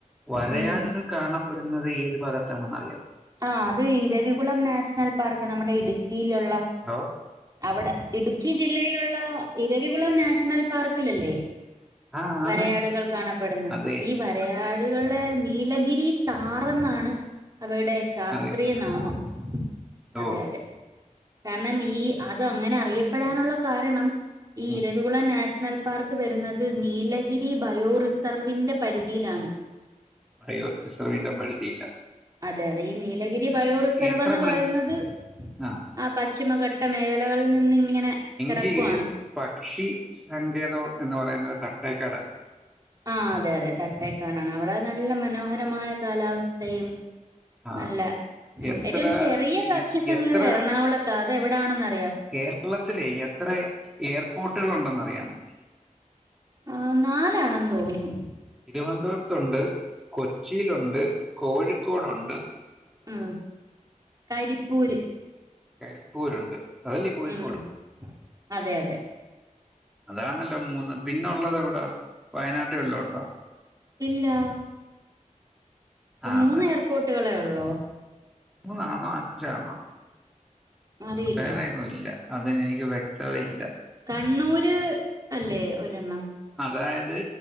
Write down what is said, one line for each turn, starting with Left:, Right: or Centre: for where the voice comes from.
Centre: വരയാടുകൾ
Right: ഉം
Centre: കാണപ്പെടുന്നത് ഏത് വിഭാഗത്താണെന്ന് അറിയവോ
Right: ആ അത് ഇരവികുളം നാഷണൽ പാർക്ക് നമ്മുടെ ഇടു ക്കിലോള്ള
Centre: ഹലോ
Right: അവിടെ ഇടു ക്കി ജില്ലലോള്ള ഇരവികുളം നാഷണൽ പാർക്കിലല്ലേ
Centre: ആഹ്
Right: വരയാടുകൾ
Centre: ആന്ന്
Right: കാണപ്പെടുന്നു
Centre: അതെ
Right: ഈ വരയാ ടുകളെ നീലഗിരി താറന്നാണ് അവടെ ശാസ്ത്രീയ
Centre: അറിയപ്പെടുന്നത്
Right: നാമം അതെ
Centre: ഓ
Right: അതെ കാരണം ഈ അത് അങ്ങനെ അറിയപ്പെടാനുള്ള കാരണം ഈ
Centre: ഉം
Right: ഇരവിക്കുളം നാഷ് ണൽപ്പാർക്ക് വരുന്നത് നീലഗിരി ബയോറിസർവിന്റെ പരിധിയിലാണ്
Centre: ബയോറിസർവിന്റെ പരുധിലാ
Right: അതെ അതെ ഈ നീലഗിരി ബയോ റിസർവ്
Centre: എത്ര
Right: എന്ന്
Centre: മൃ
Right: പറയുന്നത്
Centre: ആഹ്
Right: ആ പശ്ചിമഘട്ട മേഖലകളിൽ നിന്ന് ഇങ്ങനെ
Centre: ഇങ്കിയേ
Right: കിടക്കുവാണ്
Centre: പക്ഷി സങ്കേതം എന്ന് പറയുന്നത് തട്ട തേക്കാടല്ലേ
Right: ആ അതെ അതെ തട്ടേക്കാടാണ് അവിടെ നല്ല മനോഹരമായ കാലാവസ്ഥയും
Centre: ആഹ്
Right: നല്ല ഉം
Centre: എത്ര
Right: ഏറ്റവും ചെറിയ പക്ഷി
Centre: ഈ-
Right: സങ്കേതം
Centre: എത്ര
Right: എറണാകുളത്താ അത് എവിടാണെന്നാ
Centre: കേരളത്തിലെ എത്ര എയർപോർട്ടുകൾ ഉണ്ടെന്നറിയാമോ
Right: ആ നാലാണെന്ന് തോന്നുന്നു
Centre: തിരുവനന്തപുരത്തൊണ്ട് കൊച്ചിയിലൊണ്ട് കോഴി ക്കോടുണ്ട്
Right: ആ കരിപ്പൂര്
Centre: കരിപ്പൂരുണ്ട് അതല്ലേ കോഴിക്കോട്
Right: ഉം അതെ അതെ
Centre: അതാണല്ലോ മൂന്ന് പിന്നൊള്ളത് എവിടാ വയനാട്ടീ വല്ലോം ഒണ്ടോ
Right: ഇല്ല ഇപ്പം
Centre: ആന്നല്ലേ
Right: മൂന്ന് എയർപോർട്ടുകളേഒ ള്ളോ
Centre: മൂന്നാണോ അഞ്ചാണോ
Right: അറിയില്ല
Centre: വേറെയെങ്ങു ഇല്ല അതിനെനിക്ക് വ്യക്തത ഇല്ല
Right: കണ്ണൂര് അല്ലേ ഒരെണ്ണം
Centre: അതായത്